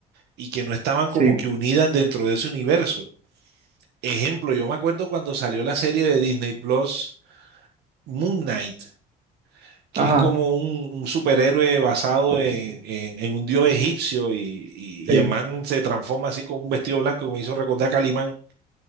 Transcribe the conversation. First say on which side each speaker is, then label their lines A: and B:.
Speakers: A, on the right; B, on the right.
A: y que no estaban
B: sí,
A: como que unidas dentro de ese universo. Ejemplo, yo me acuerdo cuando salió la serie de Disney Plus, Moon Knight. que
B: ajá.
A: es como un, un superhéroe basado en,
B: Sí, sí,
A: en- en un dios egipcio y, y,
B: sí,
A: y el man se transforma así con un vestido blanco que me hizo recordar a Calimán.